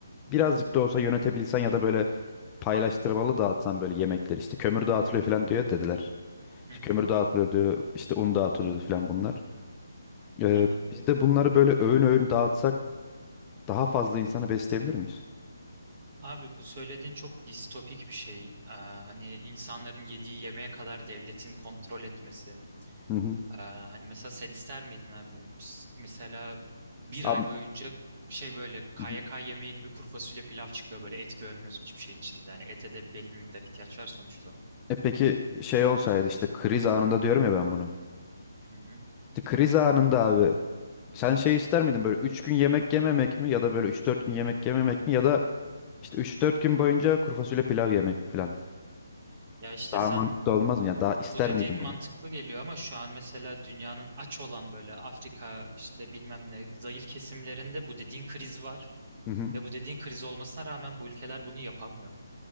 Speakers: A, on the left; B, on the right.
A: birazcık da olsa yönetebilsen ya da böyle paylaştırmalı dağıtsan böyle yemekleri işte kömür dağıtılıyor falan diyor dediler.
B: Hı
A: İşte
B: hı.
A: kömür dağıtılıyor diyor işte un dağıtılıyordu falan bunlar. Ee,
B: Aha.
A: biz de bunları böyle öğün öğün dağıtsak daha fazla insanı besleyebilir miyiz?
B: Abi bu söylediğin çok distopik bir şey. Aa, hani insanların yediği yemeğe kadar devletin kontrol etmesi.
A: Hı hı.
B: Aa, hani mesela sen ister miydin abi? S- Mesela bir
A: Abi,
B: ay boyunca bir şey böyle KYK
A: Hı hı.
B: yemeği gibi kuru fasulye pilav çıkıyor böyle et görmüyorsun hiçbir şeyin içinde. Hani ete de belli bir miktar ihtiyaç var sonuçta.
A: e peki şey olsaydı işte kriz anında diyorum ya ben bunu.
B: Hı hı.
A: İşte kriz anında abi sen şey ister miydin böyle 3 gün yemek yememek mi ya da böyle üç dört gün yemek yememek mi ya da işte üç dört gün boyunca kuru fasulye pilav yemek falan.
B: Ya işte
A: Daha
B: sen
A: mantıklı olmaz mı? Yani daha ister
B: Bu dediğin
A: miydin
B: mantıklı
A: bunu?
B: geliyor ama şu an mesela dünyanın aç olan böyle Afrika işte bilmem ne zayıf kesimlerinde bu dediğin kriz var.
A: Hı hı.
B: Ve bu dediğin kriz olmasına rağmen bu ülkeler bunu yapamıyor.